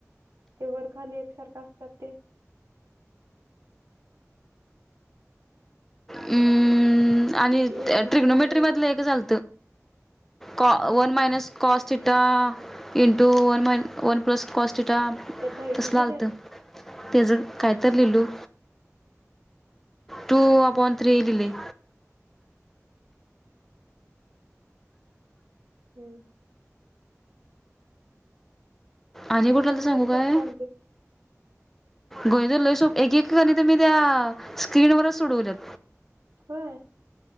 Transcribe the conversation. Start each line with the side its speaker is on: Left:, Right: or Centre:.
Right: ते वर खाली एकसारखं असतात ते.
Centre: हम्म आणि
Right: ती ए
Centre: ट्रिग्नोमेट्रीमधलं
Right: बी सी डी
Centre: एकचं आल कॉ
Right: हम्म
Centre: वन minus cos theta into one माय वन प्लस कॉस्ट थिटा
Right: ते थर्टीचे
Centre: तसलं आलंत.
Right: तेन
Centre: तेज काय तरी लिहिलू, टू अपॉन थ्री लिहिली.
Right: ह्म.
Centre: आणि कुठंला
Right: गणितात
Centre: ते सांगू काय?
Right: कसले आलतीत
Centre: गणित लय सोप एक-काणी मी तर त्या स्क्रीनवरच सोडवल्यात.
Right: व्हय.